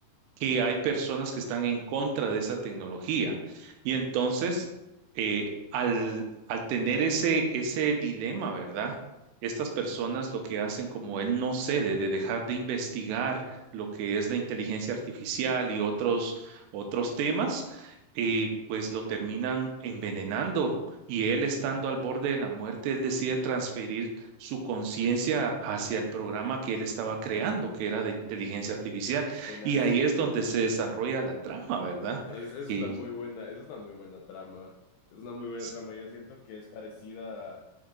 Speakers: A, on the right; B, on the left.
A: que hay personas que están en contra de esa tecnología. Y entonces, eh, al, al tener ese, ese dilema, ¿verdad? Estas personas lo que hacen, como él no cede de dejar de investigar lo que es la inteligencia artificial y otros, otros temas, eh, pues lo terminan envenenando. Y él estando al borde de la muerte,
B: Ujú.
A: él decide transferir su conciencia hacia el programa que él estaba creando, que era de inteligencia artificial.
B: Tenaz.
A: Y ahí es donde se desarrolla la trama, ¿verdad?
B: Es, es
A: Y
B: una muy buena, es una muy buena trama. Es una muy buena
A: s-
B: trama. Yo siento que es parecida a-